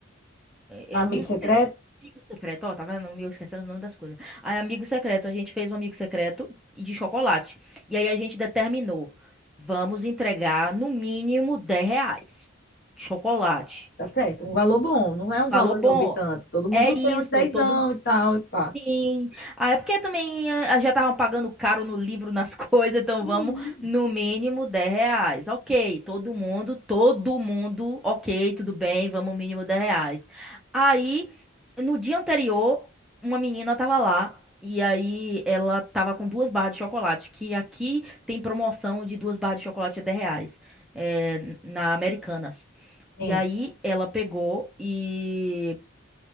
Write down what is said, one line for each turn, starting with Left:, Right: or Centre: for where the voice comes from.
Centre: É
Left: Amigo
Centre: é um aquele
Left: secreto,
Centre: amigo secreto, ó, tá vendo? Eu esquecendo o nome das coisas. Aí, amigo secreto, a gente fez um amigo secreto e de chocolate. E aí a gente determinou, vamos entregar no mínimo 10 reais de chocolate.
Left: tá certo? Um valor bom, não é um
Centre: Valor
Left: valor
Centre: bom.
Left: exorbitante. Todo mundo
Centre: É isso,
Left: tem uns dezão
Centre: todo
Left: e tal, e pá.
Centre: Sim. Ah, é porque também ah, já estavam pagando caro no livro, nas <laughs> coisas, então
Left: Uhum.
Centre: vamos no mínimo 10 reais. Ok, todo mundo, todo mundo, ok, tudo bem, vamos mínimo 10 reais. Aí, no dia anterior, uma menina tava lá e aí ela tava com duas barras de chocolate, que aqui tem promoção de duas barras de chocolate a 10 reais, é, na Americanas.
Left: Sim.
Centre: E aí ela pegou e